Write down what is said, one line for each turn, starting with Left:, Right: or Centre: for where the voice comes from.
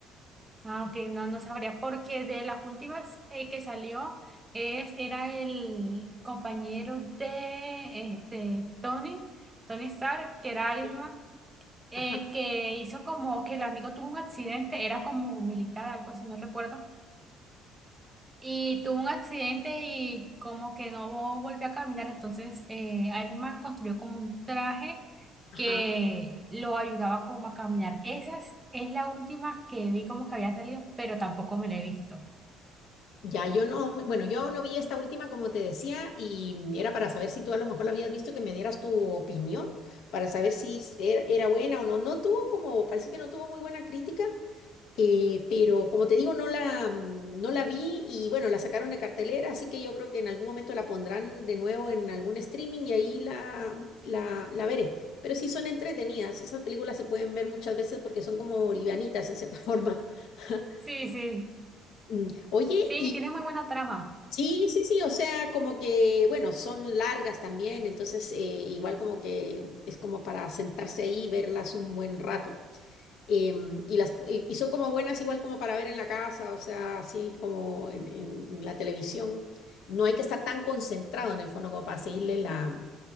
Right: Ah, ok, no, no sabría, porque de las últimas eh, que salió es, era el compañero de este Tony, Tony Stark, que era Iron
Left: Sí.
Right: Man, eh,
Left: Ajá,
Right: que hizo como que el amigo tuvo un accidente, era como un militar, algo así, no recuerdo Y tuvo un accidente y como que no volvió a caminar, entonces eh, Iron Man construyó como un traje
Left: ajá.
Right: que lo ayudaba como a caminar. Esa es, es la última que vi como que había salido, pero tampoco me la he visto.
Left: Ya, yo no, me- bueno, yo no vi esta última, como te decía, y era para saber si tú a lo mejor la habías visto y que me dieras tu opinión, para saber si s- era, era buena o no. No tuvo como, parece que no tuvo muy buena crítica, eh, pero como te digo, no la, mm, no la vi y bueno, la sacaron de cartelera, así que yo creo que en algún momento la pondrán de nuevo en algún streaming y ahí la, la, la veré. Pero sí son entretenidas, esas películas se pueden ver muchas veces porque son como livianitas en cierta <laughs> forma. <laughs>
Right: Sí, sí,
Left: Mm, Oye,
Right: sí, y tiene muy buena trama.
Left: Sí, sí, sí, o sea, como que, bueno, son largas también, entonces eh, igual como que es como para sentarse ahí y verlas un buen rato. Em, y, las, po- y y son como buenas igual como para ver en la casa, o sea, así como en, en la televisión. No hay que estar tan concentrado en el fondo como para seguirle la,